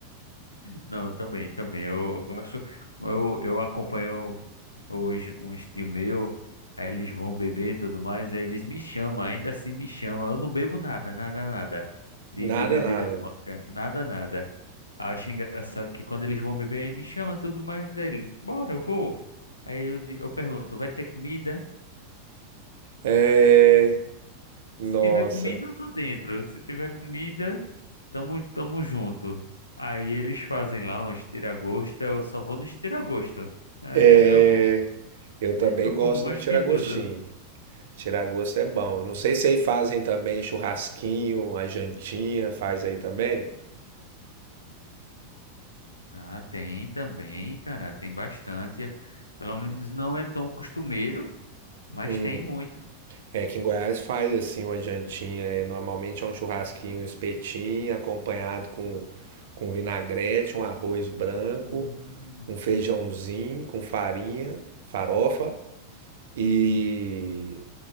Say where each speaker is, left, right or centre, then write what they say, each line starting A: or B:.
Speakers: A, on the left (about 80°); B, on the right (about 60°).
A: Não, também, também. Eu, eu gosto, eu, eu acompanho hoje um estilo meu, aí eles vão beber e tudo mais, aí eles me chamam, ainda assim me chamam. Eu não bebo nada, nada, nada de,
B: Nada,
A: de bebida
B: nada,
A: alcoólica,
B: né?
A: nada, nada. Acho engraçado que quando eles vão beber, aí me chama tudo mais, aí ele, bora, eu vou. Aí eu, di- eu pergunto, vai ter comida?
B: É, nossa.
A: Se tiver comida, eu tô dentro. Se tiver comida, tamo, tamo junto. Aí eles fazem lá uns tira-gosto, eu só vou nos tira-gosto. É,
B: É,
A: eu, co-
B: eu também
A: eu como
B: gosto
A: mais
B: do tiragostinho.
A: que tudo.
B: Tiragosto é bom. Não sei se aí fazem também churrasquinho, a jantinha, faz aí também?
A: Ah, tem também, cara, tem bastante. Pelo menos não é tão costumeiro, mas
B: Hum,
A: tem muito.
B: é que em Goiás faz assim uma jantinha, é, normalmente é um churrasquinho, um espetinho, acompanhado com, com vinagrete, um arroz branco
A: Hum.
B: um feijãozinho com farinha, farofa e,